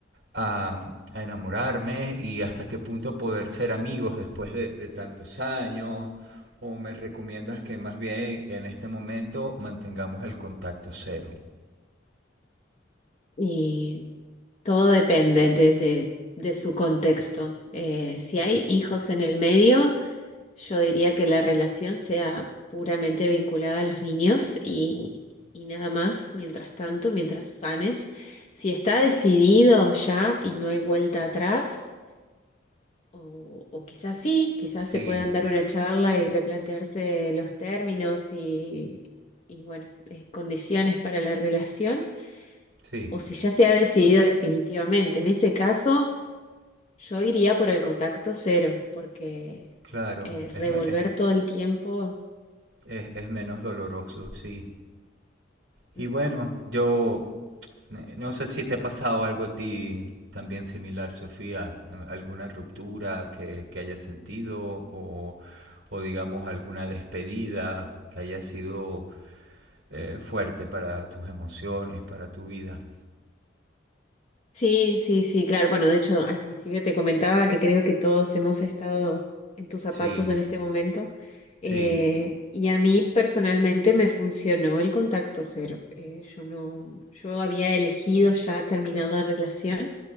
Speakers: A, on the right; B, on the left.
A: a, a enamorarme y hasta qué punto poder ser amigos después de, de tantos años. ¿O me recomiendas que más bien en este momento mantengamos el contacto cero?
B: y todo depende de, de- de su contexto. Eh, si hay hijos en el medio, Yo diría que la relación sea puramente vinculada a los niños y, y nada más, mientras tanto, mientras sanes. Si está decidido ya y no hay vuelta atrás, o, o quizás sí, quizás
A: Sí,
B: se puedan dar una charla y replantearse los términos y, y bueno, eh, condiciones para la relación,
A: sí,
B: o si ya se ha decidido definitivamente. En ese caso, yo iría por el contacto cero, porque
A: claro.
B: eh,
A: Es,
B: revolver
A: ma- es,
B: todo el tiempo
A: es, es menos doloroso, sí. Y
B: Ujú.
A: bueno, yo eh, no sé si te ha pasado algo a ti también similar, Sofía, eh, alguna ruptura que, que hayas sentido o, o, digamos alguna despedida que haya sido eh, fuerte para tus emociones, para tu vida.
B: Sí, sí, sí, claro. Bueno, de hecho, al principio te comentaba que creo que todos hemos estado en tus zapatos
A: Sí,
B: en este momento.
A: sí,
B: Eh, y a mí personalmente me funcionó el contacto cero. Eh, yo no, yo había elegido ya terminar la relación